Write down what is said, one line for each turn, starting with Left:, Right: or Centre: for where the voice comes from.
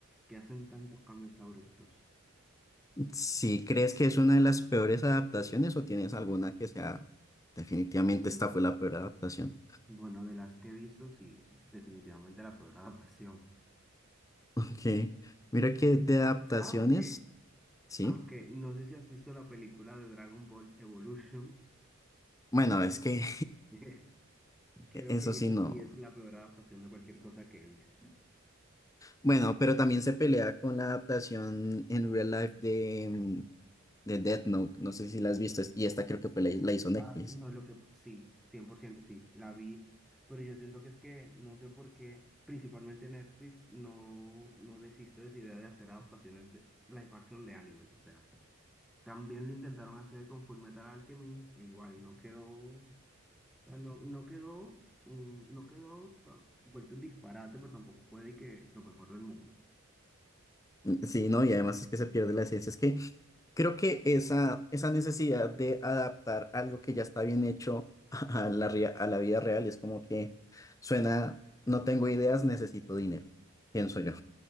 Centre: que hacen tantos cambios abruptos.
Left: Si crees que es una de las peores adaptaciones o tienes alguna que sea, definitivamente esta fue la peor adaptación.
Centre: Bueno, de las que he visto, sí, definitivamente la peor <laughs> adaptación.
Left: Ok, mira que de adaptaciones,
Centre: Aunque,
Left: sí.
Centre: aunque, no sé si has visto la película de Dragon Ball Evolution.
Left: Bueno, es que
Centre: <laughs> Creo
Left: <laughs> eso
Centre: que
Left: sí
Centre: esa
Left: no.
Centre: sí es la peor adaptación de cualquier cosa que he visto.
Left: Bueno, pero también se pelea con la adaptación en real life de, mm, de Death Note. No sé si la has visto. es- Y esta creo que fue la, la hizo Netflix.
Centre: Ah, no, lo que sí, 100% sí, la vi, pero yo siento que es que no sé por qué, principalmente Netflix no, no desiste de esa idea de hacer adaptaciones de live action de animes, o sea, también lo intentaron hacer con Fullmetal Alchemist e igual no quedó, o sea, no, no quedó, un- no quedó ta- vuelto un disparate, pero tampoco fue de que lo mejor del mundo.
Left: Mm, Sí, ¿no? Y además es que se pierde la esencia. Es que creo que esa, esa necesidad de adaptar algo que ya está bien hecho <laughs> a la, rea- a la vida real es como que suena, no tengo ideas, necesito dinero. Pienso yo.